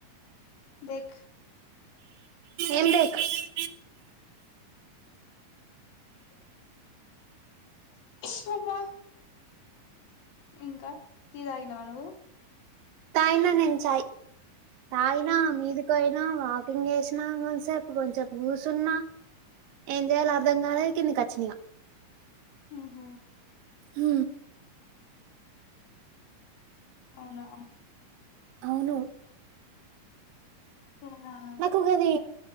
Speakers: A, on the left; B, on the right.
A: దేక్
B: ఏం <unintelligible>
A: సినిమా ఇంక టీ తాగినవ నువ్వు
B: తగిన నేను చాయ్ తాగినా మీదికోయినా వాకింగ్ చేసినా కొంతసేపు కొంచసేపు కూర్చున్నా ఏం చేయాలో అర్ధం కాలే కింది ఖచ్చినగా
A: ఆహ
B: ఆ
A: అవునా
B: అవును
A: ఆ
B: నాకుగది